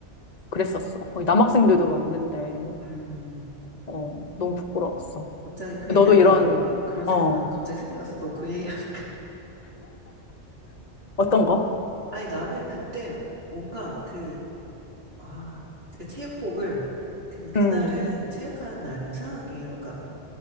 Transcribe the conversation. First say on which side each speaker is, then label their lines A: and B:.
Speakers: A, on the left (about 40°); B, on the right (about 55°).
A: 그랬었어. 거기 남학생들도 막 있는데
B: 음.
A: 어 너무 부끄러웠어.
B: 갑자기 그
A: 너도
B: 얘기하
A: 이런
B: 나도 그런 생각나,
A: 어
B: 갑자기 생각났어. 너 그 얘기 <laughs>
A: 어떤 거?
B: 아니, 나는 그때 뭔가 그, 아, 그 체육복을, 그, 그날은
A: 음.
B: 체육하는 날이 이상하게, 그러니까